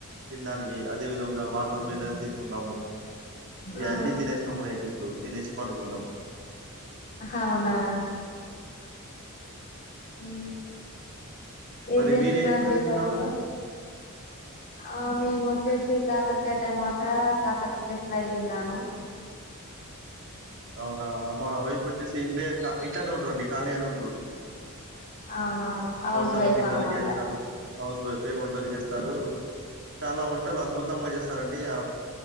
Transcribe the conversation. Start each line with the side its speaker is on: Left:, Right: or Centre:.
Right: తినడానికి అదే విధంగా
Left: ఓకే
Right: వాటర్ మెలన్ తీసు న్నాము ఇవన్నీ
Left: ఆ
Right: తినేస్తామున్నా ఇప్పుడు తినేసి పండుకుంటాం
Left: హవునా ఉ ఏం
Right: మరి
Left: చేస్తున్నారు
Right: మీరేం కర్రీ
Left: మీ
Right: తిన్నారు?
Left: వైఫై ఆ మేము వచ్చేసి కాకరకాయ టమాటా కాకరకాయ ఫ్రై తిన్నాను
Right: అవునా మా వైఫ్ వచ్చేసి ఇంట్లే ఇంట్లోనే ఉంటారంండి ఖాళీ గానే ఉంటారు
Left: అవునా హౌస్
Right: వంటలు
Left: వైఫ్
Right: గింటలు
Left: అనమాట
Right: చేస్తారు హౌస్ వైఫ్ లు చేస్తారు చాలా వంటలు అద్భుతంగా చేస్తారండి ఆ